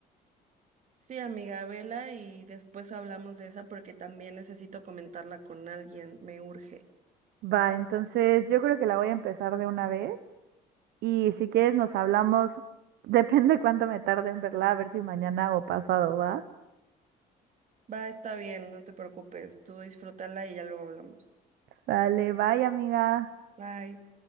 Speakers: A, on the right; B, on the right.
A: Sí, amiga, vela y después hablamos de esa porque también necesito comentarla con alguien, me urge.
B: Va, entonces yo creo que la voy a empezar de una vez. Y si quieres nos hablamos, <laughs> depende cuánto me tarde en verla, a ver si mañana o pasado, ¿va?
A: Va, está bien, no te preocupes, tú disfrútala y ya luego hablamos.
B: Vale, bye, amiga.
A: Bye.